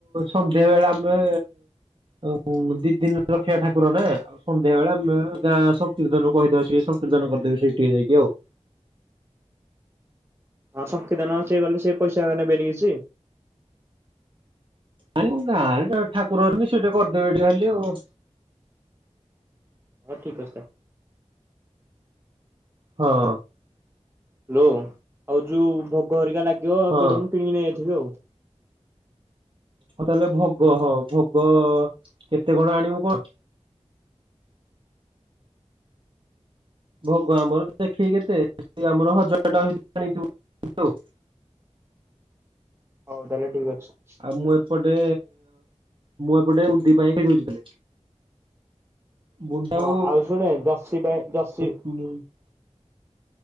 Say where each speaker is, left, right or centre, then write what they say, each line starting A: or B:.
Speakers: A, on the right; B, on the right.
A: ସନ୍ଧ୍ୟା ବେଳେ ଆମେ ଓହୋ ଦି ଦିନ ରଖିବା ଠାକୁର ନା ସନ୍ଧ୍ୟା ବେଳେ ଆମେ ଗାଁ ଶକୀର୍ତ୍ତନ କହିଦେବା ସେ ଶକୀର୍ତ୍ତନ କରିଦେବେ ସେଇଠି ଯାଇକି ଆଉ।
B: ହଁ ଶକୀର୍ତ୍ତନ ଅଛି ମାନେ ସେ ପଇସାରା ନେବେନି ସିଏ।
A: ଆରେ ଆମ ଗାଁରେ ଜଣେ ଠାକୁର ଅଛନ୍ତି ସେ ସେଇଠେ କରିଦେବେ ଟିକେ ଖାଲି ଆଉ।
B: ହଁ ଠିକ ଅଛି ତା
A: ହଁ।
B: ଲି ଆଉ ଯୋଉ ଭୋଗ ହେରିକା ଲାଗିବ
A: ହଁ
B: ଏପଟୁ ମୁଁ କିଣିକି ନେଇ ଯାଇଥିବି ଆଉ।
A: ହଉ ତାହେଲେ ଭୋଗ ହଁ ଭୋଗ କେତେ କଣ ଆଣିବୁ କଣ? ଭୋଗ ଆମର ଦେଖିକି କେତେ ଏଇ ଆମର ହଜାର ଟଙ୍କା ଭିତରେ ଆଣିଥିବୁ ହାରି ଆଉ।
B: ହଉ ତାହେଲେ ଠିକ ଅଛି।
A: ଆଉ ମୁଁ ଏପଟେ ମୁଁ ଏପଟେ ଉଧି ପାଇଁ କି ଦଉଚି ତାଲେ। ବୁଟ
B: ହଁ
A: ଟା
B: ଆଉ ଶୁଣେ ଜର୍ସି ପାଇଁ ଜର୍ସି
A: କୁ <unintelligible>